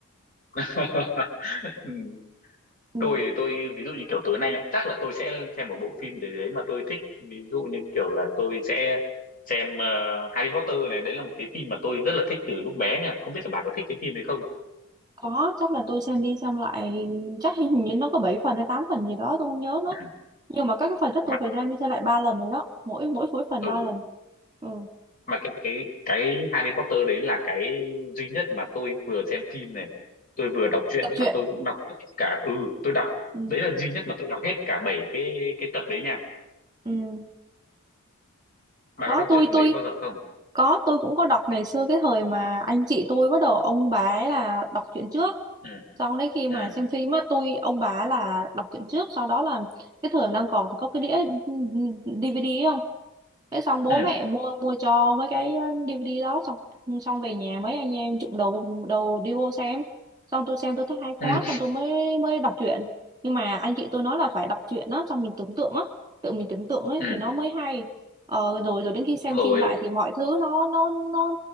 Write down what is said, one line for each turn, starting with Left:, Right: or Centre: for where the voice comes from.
Left: <laughs> Ừ.
Right: ừ.
Left: tôi tôi ví dụ như kiểu tối nay nhá chắc là tôi sẽ xem một bộ phim để đấy mà tôi thích ví dụ như kiểu là tôi sẽ xem ờ, Harry Potter này đấy là một cái phim mà tôi rất là thích từ lúc bé nha không biết là bà có thích cái phim đấy không
Right: có chắc là tôi xem đi xem lại chắc hình như nó có 7 phần hay 8 phần gì đó tôi không nhớ nữa
Left: ừ.
Right: nhưng mà các cái phần chắc
Left: Mà-
Right: tôi phải xem đi xem lại ba lần rồi đó mỗi mỗi mỗi phần
Left: ừ
Right: ba lần ừ.
Left: mà cái cái cái Harry Potter đấy là cái duy nhất mà tôi vừa xem phim này tôi vừa đọc truyện
Right: tập truyện
Left: mà tôi cũng đọc hết cả ừ tôi đọc
Right: ừ.
Left: đấy là duy nhất mà tôi đọc hết cả bảy cái cái tập đấy nha
Right: ừ.
Left: bà
Right: đó
Left: có đọc
Right: tôi
Left: truyện
Right: tôi
Left: đấy bao giờ không
Right: Có, tôi cũng có đọc ngày xưa cái thời mà anh chị tôi bắt đầu ông bà ấy là đọc truyện trước.
Left: ừ
Right: Sau đấy khi mà
Left: ừ
Right: xem phim á, tôi ông bà là đọc truyện trước, sau đó là cái thời đang còn có cái đĩa ừ, ừ, ừ, DVD ấy không? thế xong bố
Left: ừ
Right: mẹ mua mua cho mấy cái ờ, DVD đó xong xong về nhà mấy anh em chụm đầu đầu đi vô xem xong tôi xem tôi thấy hay quá
Left: ừ,
Right: xong tôi mới mới đọc truyện nhưng mà anh chị tôi nói là phải đọc truyện đó xong mình tưởng tượng á tự mình tưởng tượng ấy
Left: <laughs> ừ.
Right: thì nó mới hay ờ, rồi rồi đến khi xem
Left: đúng rồi
Right: phim lại thì mọi thứ nó nó nó